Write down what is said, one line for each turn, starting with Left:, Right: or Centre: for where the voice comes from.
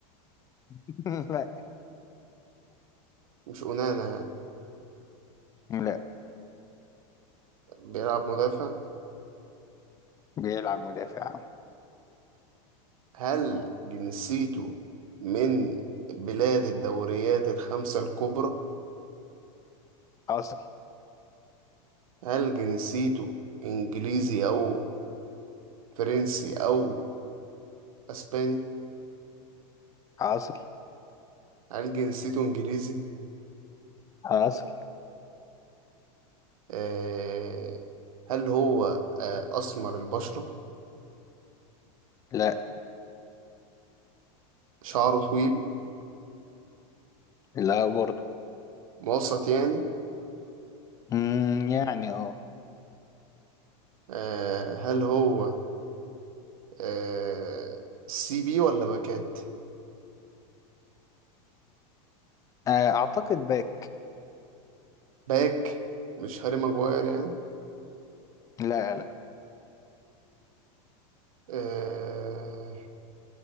Left: <laughs> لا
Right: مش أونانا يعني
Left: لا
Right: بيلعب مدافع
Left: بيلعب مدافع عام.
Right: هل جنسيته من بلاد الدوريات الخمسة الكبرى
Left: حاصل
Right: هل جنسيته إنجليزي أو فرنسي أو أسباني
Left: حاصل
Right: هل جنسيته إنجليزي
Left: حاصل
Right: آه، هل هو آه، أسمر البشرة
Left: لا
Right: شعره طويل
Left: لا برضه
Right: موسط يعني
Left: مم، يعني اه
Right: آه، هل هو آه، سي بي ولا باكات
Left: آه، اعتقد باك
Right: باك مش هاري ماجواير يعني
Left: لا لا
Right: آه،